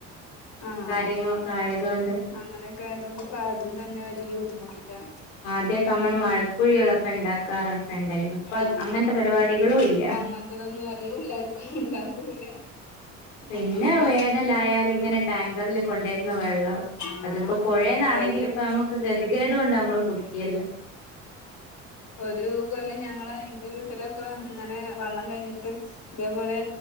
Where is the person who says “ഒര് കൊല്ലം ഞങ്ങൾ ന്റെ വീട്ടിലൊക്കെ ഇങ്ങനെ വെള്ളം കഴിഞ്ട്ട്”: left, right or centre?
Left